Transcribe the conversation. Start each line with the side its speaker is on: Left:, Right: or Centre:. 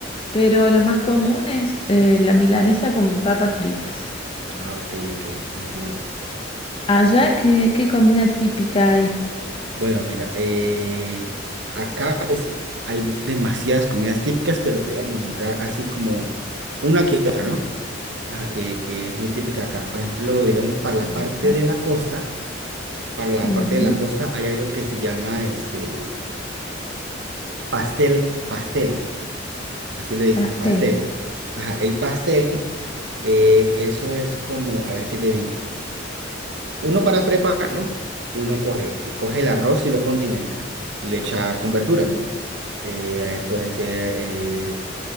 Left: pero lo más común es eh, la milanesa con papas fritas.
Right: ah, ok, ok, entiendo.
Left: Allá, ¿qué, qué comida típica hay?
Right: Bueno, mira, eh, acá pues hay demasiadas comidas típicas, pero te vamos a nombrar así como una que otra, ¿no? Ajá, que, que es muy típica acá. Por ejemplo, digamos, para la
Left: A
Right: parte
Left: ver.
Right: de la costa, para la
Left: Ujú,
Right: parte de la costa hay algo que se llama este pastel, pastel, así le dicen,
Left: Pastel.
Right: pastel. Ajá, el pastel, eh, eso es como, a ver qué te digo. Uno para prepararlo, uno coge, coge el arroz y lo condimenta y le echa con verduras, ¿no? Eh, ahí puede ser, eh,